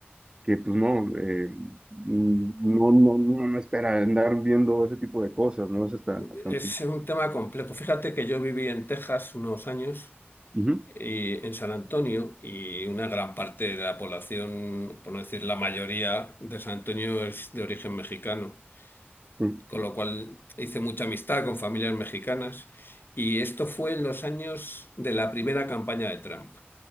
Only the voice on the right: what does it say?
que pues no, eh, mm, no, no, no, no espera andar viendo ese tipo de cosas, ¿no? Es hasta,
hasta...
Ujú,
sí,